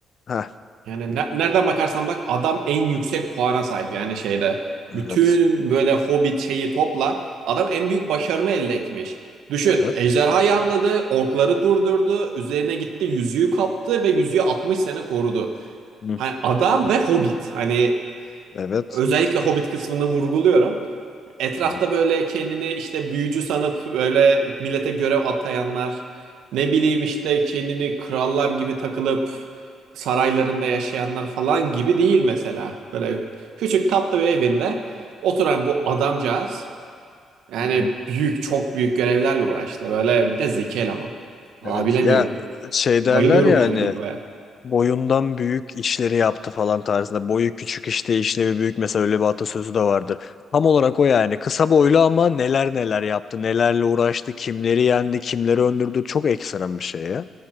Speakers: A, on the left; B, on the right.
A: Ha
B: yani ne- nereden bakarsan bak adam en yüksek puana sahip yani şeyde. Bütün
A: evet.
B: böyle Hobbit şeyi topla adam en büyük başarımı elde etmiş. Düşün
A: Evet.
B: ejderhayı avladı, orkları durdurdu, üzerine gitti yüzüğü kaptı ve yüzüğü 60 sene korudu.
A: Hı.
B: Hani adam ve Hobbit hani
A: Evet.
B: Özellikle Hobbit kısmını vurguluyorum. Etrafta
A: Hı
B: böyle kendini işte büyücü sanıp böyle millete görev atayanlar, ne bileyim işte kendini krallar gibi takılıp saraylarında yaşayanlar falan gibi değil mesela. Böyle küçük tatlı bir evinde oturan bu adamcağız yani
A: hı.
B: büyük çok büyük görevlerle uğraştı. Böyle bir de zeki eleman. Valla
A: Evet.
B: bilemiyorum.
A: Ya şey
B: Bayılıyorum
A: derler yani
B: yani Bilbo'ya.
A: boyundan büyük işleri yaptı falan tarzında. Boyu küçük işte işlevi büyük mesela öyle bir atasözü de vardır. Tam olarak o yani. Kısa boylu ama neler neler yaptı. Nelerle uğraştı. Kimleri yendi. Kimleri öndürdü. Çok ekstrem bir şey ya.